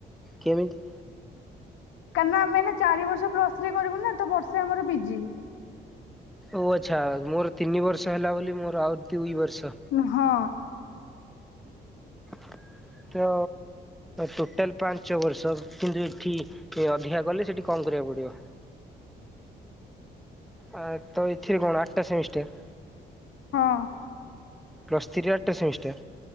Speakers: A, in the centre; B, on the left (about 85°).
A: କେମିତି?
B: କାହିଁନା ଆମେ ଚାରି ବର୍ଷ ପ୍ଲସ ଥ୍ରୀ କରିବୁ ନା ତ ବର୍ଷେ ଆମର ପିଜି।
A: ଓ ଆଚ୍ଛା ମୋର ତିନି ବର୍ଷ ହେଲା ବୋଲି ମୋର ଆଉ ଦୁଇ ବର୍ଷ
B: ହଁ।
A: <inaudible> ତ ଟୋଟାଲ ପାଞ୍ଚ ବର୍ଷ କିନ୍ତୁ ଏଠି ଅଧିକା ଗଲେ ସେଠି କମ କରିବାକୁ ପଡିବ। ଆ ତ ର କଣ ଆଠଟା ସେମିଷ୍ଟାର।
B: ହଁ।
A: ପ୍ଲସ୍ ଥ୍ରୀରେ ଆଠ ସେମିଷ୍ଟର?